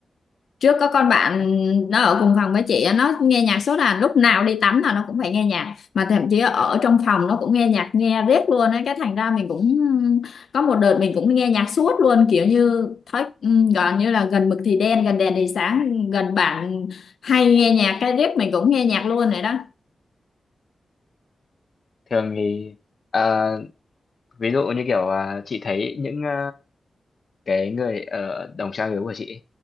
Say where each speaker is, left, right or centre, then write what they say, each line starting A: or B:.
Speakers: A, on the left; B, on the left.
A: trước có con bạn
B: Dạ.
A: nó ở cùng phòng với chị á, nó nghe nhạc suốt là lúc nào đi tắm là nó cũng phải nghe nhạc mà thậm chí ở trong phòng nó cũng nghe nhạc nghe riết luôn ấy cái thành ra mình cũng có một đợt mình cũng nghe nhạc suốt luôn kiểu như thói ừm, gọi như là gần mực thì đen gần đèn thì sáng gần bạn hay nghe nhạc cái riết mình cũng nghe nhạc luôn rồi đó
B: thường thì ờ, ví dụ như kiểu ờ, chị thấy những ờ, cái người ở đồng trang lứa của chị ấy,